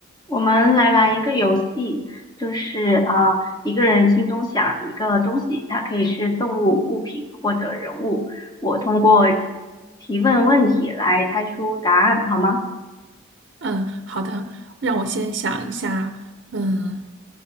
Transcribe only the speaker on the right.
嗯，好的，让我先想一下。嗯，